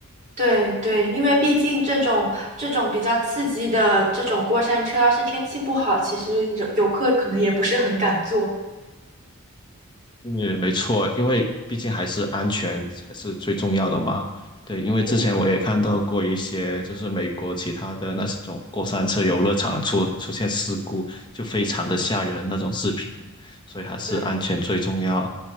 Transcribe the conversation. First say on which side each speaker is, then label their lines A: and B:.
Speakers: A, on the right (about 35°); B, on the left (about 20°).
A: 对对，因为毕竟这种这种比较刺激的这种过山车，要是天气不好，其实游游客可能也不是很敢坐。
B: 嗯，没错，因为毕竟还是安全才是最重要的嘛。对，因为之前我也看到过一些，
A: 对
B: 就是美国其他的那种过山车游乐场出出现事故，就非常的吓人那种视频，所以还是安全最重要。
A: 对